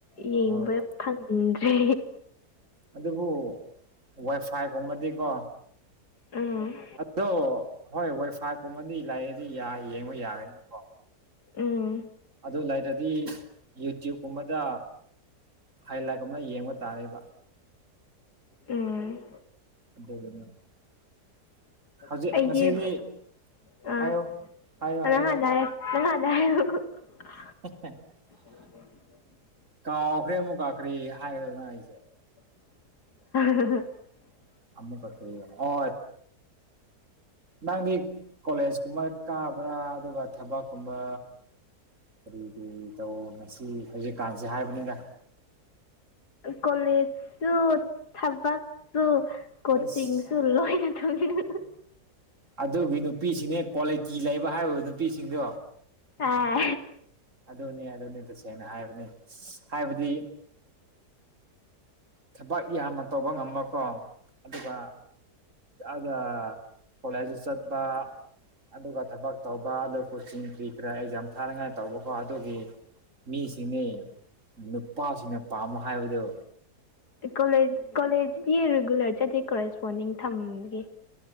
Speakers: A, on the left (about 75°); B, on the right (about 50°).
A: ꯌꯦꯡꯕ
B: ꯍꯣꯏ
A: ꯐꯪꯗ꯭ꯔꯦ
B: ꯑꯗꯨꯕꯨ ꯋꯥꯏꯐꯥꯏꯒꯨꯝꯕꯗꯤꯀꯣ
A: ꯎꯝ
B: ꯑꯗꯣ ꯍꯣꯏ ꯈ ꯀꯨꯝꯃꯟꯗꯤ ꯂꯥꯏꯑꯦꯗꯤ ꯌꯦꯡꯕ ꯌꯥꯔꯅꯤꯅꯀꯣ
A: ꯎꯝ
B: ꯑꯗꯨ ꯂꯩꯔꯗꯤ ꯌꯨꯇ꯭ꯌꯕꯀꯨꯝꯕꯗ ꯍꯥꯏꯂꯥꯏꯠ ꯑꯃ ꯌꯦꯡꯕ ꯇꯥꯔꯦꯕ
A: ꯎꯝ
B: <unintelligible> <inaudible>
A: ꯑꯩꯒꯤ
B: ꯍꯧꯖꯤꯛ ꯉꯁꯤꯗꯤ
A: ꯑ ꯑ
B: ꯍꯥꯏꯌꯣ ꯍꯥꯏꯌꯣ
A: ꯍꯥꯏꯗꯦ
B: ꯍꯥꯏꯌꯣ
A: <unintelligible>
B: <unintelligible>
A: <unintelligible>
B: ꯀꯥꯎꯈ꯭ꯔꯦ ꯑꯃꯨꯛ ꯀꯥꯔꯤ ꯍꯥꯏꯔꯣꯔꯥ ꯑꯩ
A: <unintelligible> <inaudible>
B: ꯑꯃꯨꯛꯀꯥ ꯀꯔꯤ ꯑꯣ ꯅꯪꯗꯤ ꯀꯣꯂꯦꯖ ꯀꯨꯝꯕ ꯀꯥꯕ꯭ꯔꯥ ꯑꯗꯨꯒ ꯊꯕꯛꯀꯨꯝꯕ ꯀꯔꯤ ꯀꯔꯤ ꯇꯧ ꯉꯁꯤ ꯍꯧꯖꯤꯛꯀꯥꯟꯁꯦ ꯍꯥꯏꯕꯅꯤꯗꯥ
A: ꯀꯣꯂꯦꯖꯁꯨ ꯊꯕꯛꯁꯨ ꯀꯣꯆꯤꯡꯁꯨ
B: ꯑꯁ
A: ꯂꯣꯏꯅ <inaudible>
B: ꯑꯗꯨꯒꯤ ꯅꯨꯄꯤꯁꯤꯡꯅꯦ ꯀ꯭ꯋꯥꯂꯤꯇꯤ ꯂꯩꯕ ꯍꯥꯏꯕ ꯅꯨꯄꯤꯁꯤꯡꯗꯣ
A: ꯑꯥ
B: ꯑꯗꯨꯅꯦ ꯑꯗꯨꯅꯤ ꯇꯁꯦꯡꯅ ꯍꯥꯏꯕꯅꯦ ꯍꯥꯏꯕꯗꯤ ꯊꯕꯛ ꯌꯥꯝꯅ ꯇꯧꯕ ꯉꯝꯕꯀꯣ ꯑꯗꯨꯒ ꯑꯗ ꯀꯂꯦꯖ ꯁꯠꯕ ꯑꯗꯨ ꯊꯕꯛ ꯇꯧꯕ ꯑꯗꯣ ꯀꯣꯆꯤꯡ ꯀꯔꯤ ꯀꯔꯥ ꯑꯦꯛꯖꯥꯝ ꯊꯥꯅꯉꯥꯏ ꯇꯧꯕꯀꯣ ꯑꯗꯨꯒꯤ ꯃꯤꯁꯤꯡꯅꯤ ꯅꯨꯄꯥꯁꯤꯡꯅ ꯄꯥꯝꯝꯕ ꯍꯥꯏꯕꯗꯨ
A: ꯀꯣꯂꯦꯖ ꯀꯣꯂꯦꯖꯗꯤ ꯔꯤꯒꯨꯂꯔ ꯆꯠꯠꯇꯦ ꯀꯣꯔꯦꯁꯄꯣꯟꯗꯤꯡ ꯊꯝꯒꯦ